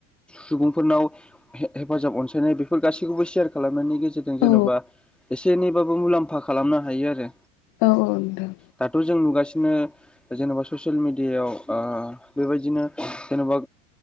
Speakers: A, in the centre; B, on the left.
A: सुबुंफोरनाव हेफाजाब अनसाय नाय बेफोर गासैखौबो सेयार खालामनायनि गेजेरजों जेन'बा
B: औ
A: एसे एनैबाबो मुलाम्फा खालामनो हायो आरो
B: औ नोंथां
A: दाथ' जों नुगासि नो जेनेबा ससियेल मिडियायाव ओ बेबायदिनो जेनेबा